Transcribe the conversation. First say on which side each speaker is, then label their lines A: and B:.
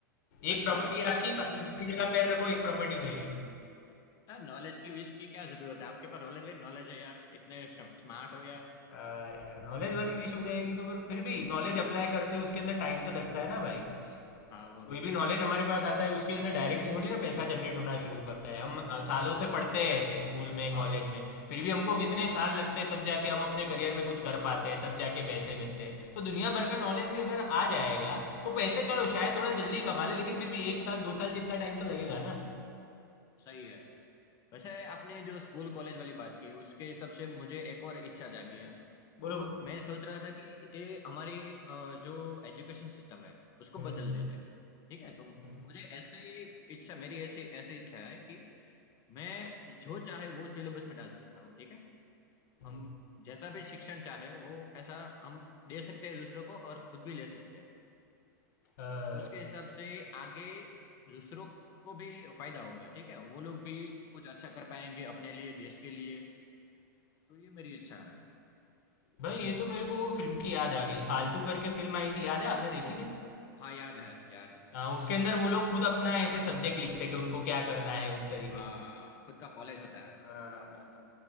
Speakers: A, on the left; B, on the left.
A: अच्छा
B: एक प्रॉपर्टी आपकी बाद में दूसरी जगह पैर रखो एक प्रॉपर्टी मेरी
A: हाँ नॉलेज की विश की क्या जरूरत है आपके पास ऑलरेडी नॉलेज है यार इतने स्मार्ट हो यार
B: हाँ यार नॉलेज वाली विश हो जाएगी तो पर फिर भी नॉलेज अप्लाई करते हैं, उसके अंदर टाइम तो लगता है ना भाई
A: हाँ वो भी
B: कोई भी
A: है
B: नॉलेज हमारे पास आता है उसके अंदर डायरेक्टली थोड़ी ना पैसा जनरेट होना शुरू करता है हम अ, सालों से पढ़ते हैं ऐसे स्कूल में
A: हाँ
B: कॉलेज में फिर भी हमको कितने साल लगते हैं तब जाके हम अपने करियर में कुछ कर पाते हैं तब जाके पैसे मिलते हैं तो दुनिया भर का नॉलेज भी अगर आ जाएगा तो पैसे चलो
A: हाँ
B: शायद थोड़ा जल्दी कमा ले लेकिन फिर भी एक साल दो साल जितना टाइम तो लगेगा ना
A: सही है वैसे आपने जो स्कूल कॉलेज वाली बात की उसके हिसाब से मुझे एक और इच्छा जागी है
B: बोलो
A: वो
B: बोलो
A: मैं सोच रहा था कि ये हमारी अ, जो एजुकेशन सिस्टम है उसको
B: हम्म,
A: बदल देते ठीक है तो
B: हम्म,
A: मुझे ऐसी इच्छा मेरी ऐसी ऐसी इच्छा है कि मैं जो चाहे वो सिलेबस में डाल सकता हूँ ठीक है
B: हम्म।
A: हम जैसा भी शिक्षण चाहे वो ऐसा हम दे सकते हैं दूसरों को और खुद भी ले सकते हैं
B: आ,
A: तो उसके हिसाब से आगे दूसरों को भी फायदा होगा ठीक है वो लोग भी कुछ अच्छा कर पाएंगे अपने लिए देश के लिए तो ये मेरी इच्छा है
B: भाई ये तो मेरे को वो फिल्म की याद आ गई फालतू करके फिल्म आई थी याद है आपने देखी थी
A: हाँ याद है याद है
B: हाँ, उसके अंदर वो लोग खुद अपना ऐसे सब्जेक्ट लिखते कि उनको
A: अ-
B: क्या करना है उस तरीके
A: हाँ
B: से
A: खुद का कॉलेज होता है
B: हाँ,
A: हाँ
B: हाँ, हाँ।